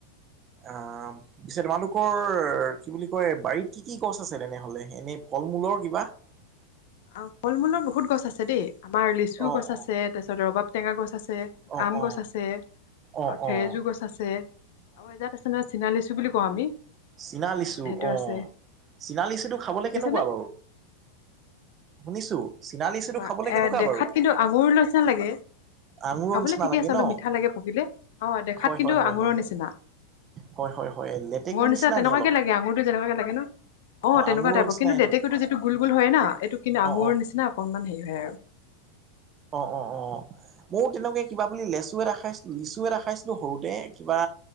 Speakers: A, on the right; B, on the left.
A: অহ। পিছে তোমালোকৰ কি বুলি কয় বাৰীত কি কি গছ আছিল তেনেহলে এনেই ফল মূলৰ কিবা। <unintelligible>
B: অ ফল মূলৰ বহুত গছ আছে দেই আমাৰ লিচু
A: অ
B: গছ
A: অ
B: আছে তাৰপিছত ৰবাব টেঙা গছ আছে। আছে
A: অ
B: আম
A: অ
B: গছ আছে।
A: অ
B: আৰু
A: অ
B: থেৰেজো গছ আছে আৰু এজাত আছে নহয় চীনা লিচু বুলি কওঁ আমি।
A: চিনা
B: এ
A: লিচু
B: সেইটো
A: অ
B: আছে
A: চিনা
B: অ
A: লিচুটো
B: চীনালিচু
A: খাবলৈ
B: শুনিছেনে
A: কেনেকুৱা বাৰু শুনিছো চীনা
B: কেনেকুৱা
A: লিচুটো খাবলৈ কেনেকুৱা
B: এ দেখাত
A: বাৰু
B: কিন্তু আঙুল নিচিনা লাগে।
A: আঙুৰৰ
B: খাবলৈ
A: নিচিনা
B: ঠিকে
A: লাগে
B: আছে
A: ন
B: অলপ মিঠা লাগে পকিলে অ দেখাত
A: হয়
B: কিন্তু
A: হয় হয়
B: আঙুৰৰ
A: হয় হয়
B: নিচিনা
A: হয় হয় হয় লেটেকু।
B: নিচা
A: নিচিনা
B: তেনেকুৱাকে
A: নি অলপ
B: লাগে আঙুৰটো যেনকাকে লাগে ন অ তেনেকুৱা
A: আঙুৰৰ
B: টাইপ
A: নিচিনাই
B: কিন্তু লেটেকুটো
A: ন
B: যিটো গুল গুল হয় না এইটো কিন্তু আঙুৰ
A: অ
B: নিচিনা। অকনমান হেৰি হয় আৰু
A: অ অ অ অ ময়ো তেনেকে কিবা বুলি লেচু এটা খাইছিলো লিচু এটা খাইছিলো সৰুতে কিবা